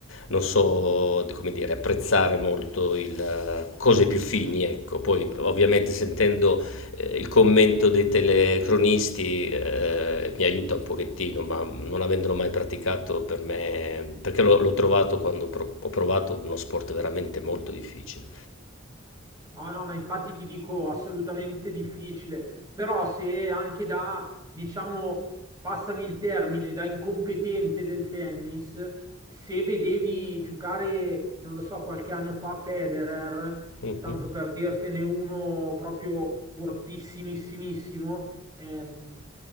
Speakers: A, on the left; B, on the right.
A: non so, come dire, apprezzare molto il, eh, cose più fini, ecco. Poi ovviamente sentendo ehm, il commento dei telecronisti, ehm, mi aiuta un pochettino, ma non avendolo mai praticato per me perché l'ho l'ho trovato quando pro ho provato uno sport veramente molto difficile.
B: No, no, ma infatti ti dico assolutamente difficile, però se anche da, diciamo, passami il termine, da incompetente del tennis, se vedevi giocare, non lo so, qualche anno fa Federer,
A: Mh-mh.
B: tanto per dirtene uno proprio fortissimissimissimo, ehm,